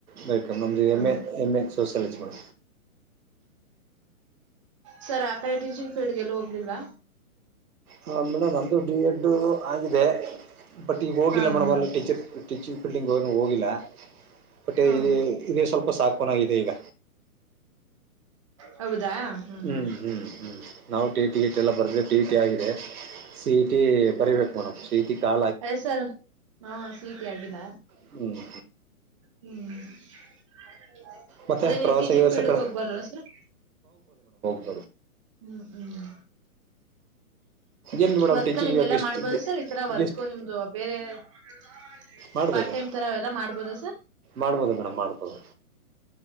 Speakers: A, on the right; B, on the right.
A: ವೆಲ್ಕ್ ನಮ
B: ಹಾ
A: M A M A sociology madam
B: ಸರಾಕ ಟೂಷನ್ ಫೀಲ್ಡ್ ಗೆ ಎಲ್ಲೂ ಹೋಗ್ಲಿಲ್ವಾ
A: ಹಾ ಮೇಡಮ್ ನಂದು ಡಿ ಎಡ್ ಆಗಿದೆ ಬಟ್ ಈಗ ಹೋಗಿಲ್ಲ
B: ಹಾ
A: ಮೇಡಮ್
B: ಹಾ
A: ಅಲ್ಲಿ ಟೀಚರ್ ಟೀಚಿಂಗ್ ಫೀಲ್ಡಿಂಗ್ ಏನು ಹೋಗಿಲ್ಲ ಬಟ್
B: ಹಾ ಹಾ
A: ಇದೆ ಸ್ವಲ್ಪ ಸಾಕನಾಗಿದೆ ಈಗ
B: ಹೌದಾ ಹಾ
A: ಹ್ಮ್
B: ಹಾ
A: ಹ್ಮ್ ಹ್ಮ್ ನಾವು ಟಿಟಿ ಗಿಟ್ ಎಲ್ಲ ಬರ್ದ್ರ ಟಿ ಟಿ ಆಗ ಇದೆ ಸಿಟಿ ಬರಬೇಕು ಮೇಡಮ್ ಸಿಟಿ ಪ
B: ಹೆಸರ್ ಹಾ ಸ ಟಿ ಆಗಿಲ್ಲ
A: ಹ್ಮ್
B: ಹ್ಮ್ <unintelligible>
A: ಮತ್ತೆ
B: ನೀವು
A: ಪ್ರವಾಸ
B: ಟೀಚಿಂಗ್
A: ಗಿವಾಸ
B: ಫೀಲ್ಡ್ಗೆ
A: ಕಡೆ
B: ಹೋಗ್ಬದ ಸರ್
A: ಹೌದ
B: ಹ್ಮ್ ಹ್ಮ
A: ಎಲ್ಲಿ ಮೇಡಮ್
B: ವರ್ಕ್ಲ್ಲಿ
A: ಟೀಚಿಂಗ್
B: ಹಿಂಗೆಲ್ಲಾ
A: ಗೆಸ್ಟ್
B: ಮಾಡ್ಬೋದು ಸರ್ ಈತರ ವರ್ಕ್
A: ಗೆಸ್ಟ್
B: ನಿಮ್ದು ಬೇರೆ <inaudible>
A: ಮಾಡ್ಬೋದು
B: ಪಾರ್ಟ್ ಟೈಮ್ ತರಾವ ಎಲ್ಲ ಮಾಡ್ಬೋದ ಸರ್
A: ಮಾಡ್ಬೋದು ಮೇಡಮ್ ಮಾಡ್ಬೋದು